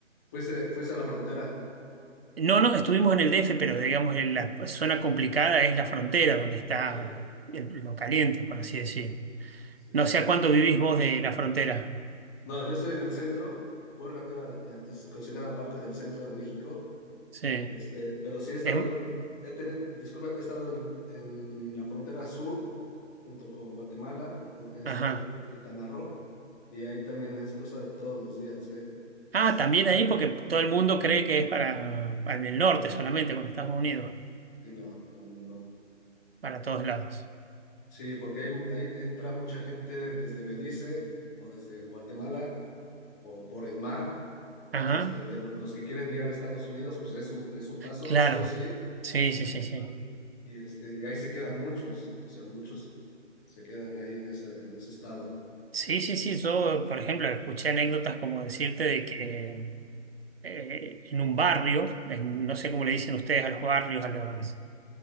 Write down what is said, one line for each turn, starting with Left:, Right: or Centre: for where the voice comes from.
Left: Fuese, fuese a la frontera.
Right: No, no, estuvimos en el DF, pero digamos, en la zona complicada es la frontera, donde está
Left: Sí,
Right: el- lo caliente, por así decir.
Left: sí.
Right: No sé a cuánto vivís vos de la frontera.
Left: No, yo estoy en el centro. Puebla queda, eh, se considera parte del centro de México.
Right: Sí.
Left: Este, pero sí he estado
Right: Em,
Left: en, he tenido- disculpa, he estado en, en la frontera sur junto con Guatemala. He, he estado
Right: ajá.
Left: un tiempo en Quintana Roo y ahí también es cosa de todos los días, ¿eh?
Right: Ah,
Left: De estar-
Right: también ahí porque todo el mundo cree que es para, en el norte solamente, con Estados Unidos,
Left: y no, no, no, no.
Right: para todos lados.
Left: Sí, porque hay, hay- entra mucha gente desde Belice o desde Guatemala o por el mar.
Right: Ajá,
Left: Este, de lo- los que quieren llegar a Estados Unidos, pues es su, es su paso,
Right: claro.
Left: sí o sí.
Right: Sí, sí, sí,
Left: Y,
Right: sí.
Left: pues, y, este, y ahí se quedan muchos, o sea, muchos se quedan ahí en ese, en ese estado.
Right: Sí, sí, sí. Yo, por ejemplo, escuché anécdotas como decirte de que eh, en un barrio, en- no sé cómo le dicen ustedes a los barrios, a las,